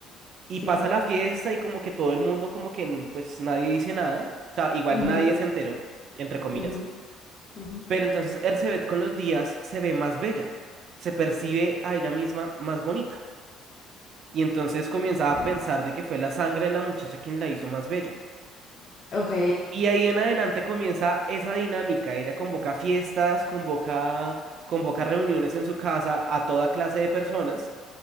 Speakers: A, on the right (about 50°); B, on the left (about 35°).
A: Y
B: sí.
A: pasa la fiesta y como que todo el mundo, como que n- pues nadie dice nada. O sea, igual
B: ujú,
A: nadie se enteró, entre comillas.
B: ujú, ujú,
A: Pero entonces Ercebet con los días se ve más bella. Se percibe a ella misma más bonita. Y entonces comienza
B: ujú.
A: a pensar de que fue la sangre de la muchacha quien la hizo más bella.
B: Ok.
A: Y ahí en adelante comienza esa dinámica. Ella convoca fiestas, convoca, convoca reuniones en su casa a toda clase de personas.